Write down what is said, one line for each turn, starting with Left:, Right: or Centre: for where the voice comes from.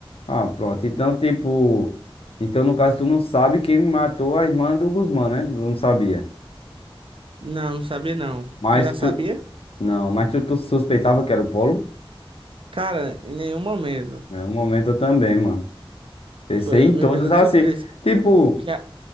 Left: Ah, pronto. Então, tipo. Então, no caso, tu não sabe quem matou a irmã do Guzmán, né? Não sabia.
Right: Não, não sabia não.
Left: Mas
Right: Tu já sabia?
Left: tu. Não, mas tu, tu suspeitava que era o Polo?
Right: Cara, em nenhum momento.
Left: É um momento eu também, mano. Pensei
Right: Foi,
Left: em todos
Right: me pegou
Left: assim.
Right: de surpresa.
Left: Tipo,
Right: Já,